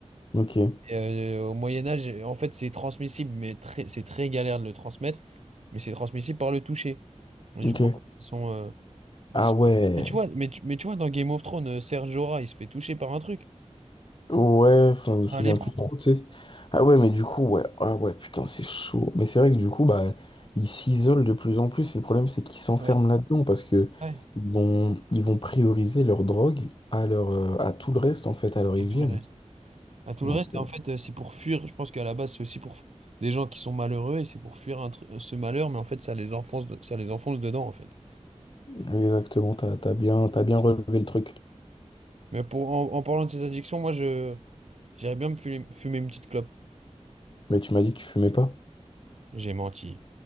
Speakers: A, on the left; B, on the right.
A: ok,
B: Et, euh, au Moyen-Âge, en fait, c'est transmissible, mais très- c'est très galère de le transmettre, mais c'est transmissible par le toucher. Et du
A: ok.
B: coup, ils sont, euh,
A: Ah
B: ils sont-
A: ouais.
B: Mais tu vois, mais, tu mais tu vois, dans Game of Thrones, euh, Ser Jorah, il se fait toucher par un truc.
A: Ouais, enfin, je me souviens
B: Un lépreux.
A: plus trop, tu sais. Ah ouais, mais du coup, ouais. Ah ouais, putain, c'est chaud. Mais c'est vrai que du coup, bah, ils s'isolent de plus en plus. Et le problème, c'est qu'ils s'enferment
B: Ouais.
A: là-dedans parce que
B: Ouais,
A: ils vont, ils vont prioriser leur drogue à leur, euh, à tout le reste, en fait, à leur
B: à
A: hygiène.
B: tout le reste. À tout
A: Donc,
B: le reste, et
A: euh,
B: en fait, euh, c'est pour fuir. Je pense qu'à la base, c'est aussi pour des gens qui sont malheureux et c'est pour fuir un tru- ce malheur, mais en fait, ça les enfonce, de- ça les enfonce dedans, en fait.
A: exactement, t'as, t'as bien, t'as bien relevé le truc.
B: Mais pour, en, en parlant de ces addictions, moi, je, j'irais bien me fumer, fumer une petite clope.
A: Mais tu m'as dit que tu fumais pas.
B: J'ai menti.